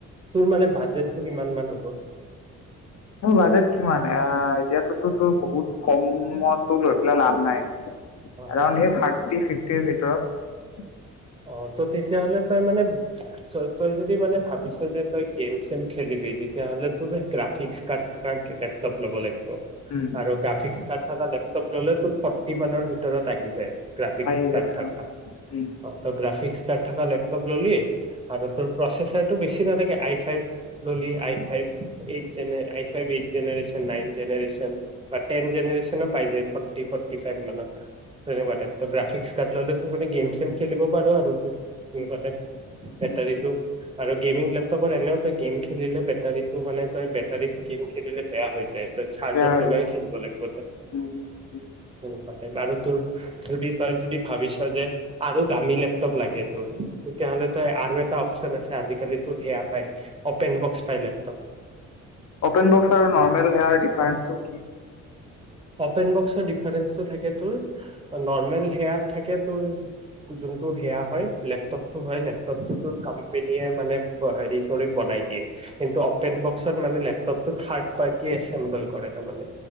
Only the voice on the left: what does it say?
মোৰ বাজেট কিমান এ এতিয়াতো তো তোৰ বহুত কমতো লৈ পেলা লাভ নাই। এৰাউণ্ড
এই ফিফটিৰ ভিতৰত।
উম
আহি
যায়
অ উম
উম
উম
উম, উম।
বেয়া হৈ
যায়
উম উম।
অপেন বক্স আৰু নৰ্মেল হেয়াৰ ডিফাৰেন্সটো কি?